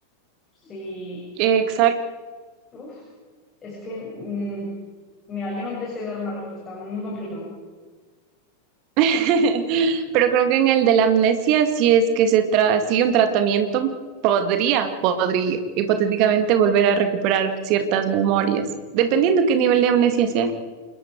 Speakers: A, on the left (about 20°); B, on the right (about 45°).
A: Sí,
B: Exacto.
A: uf, es que, mm, mira, yo no deseo dar una respuesta muy complicada.
B: <laughs> Pero creo que en el de la amnesia, si es que se tra- sigue un tratamiento, podría, podría hipotéticamente volver a recuperar ciertas memorias, dependiendo qué nivel de amnesia sea.